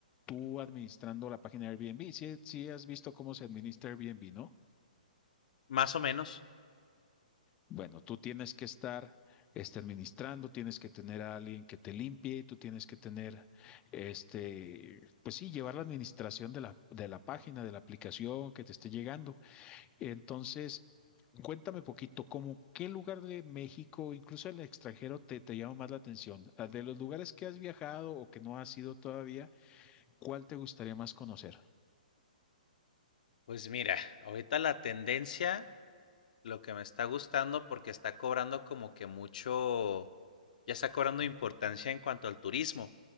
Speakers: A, on the left; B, on the left.
A: tú administrando la página de Airbnb. Si, has visto cómo se administra Airbnb, ¿no?
B: más o menos.
A: Bueno, tú tienes que estar este, administrando, tienes que tener a alguien que te limpie, tú tienes que tener, este, pues sí, llevar la administración de la, de la página, de la aplicación que te esté llegando. Entonces, cuéntame poquito, ¿cómo qué lugar de México, incluso el extranjero, te, te llama más la atención? Ah, De los lugares que has viajado o que no has ido todavía, ¿cuál te gustaría más conocer?
B: Pues mira, ahorita la tendencia, lo que me está gustando porque está cobrando como que mucho, ya está cobrando importancia en cuanto al turismo.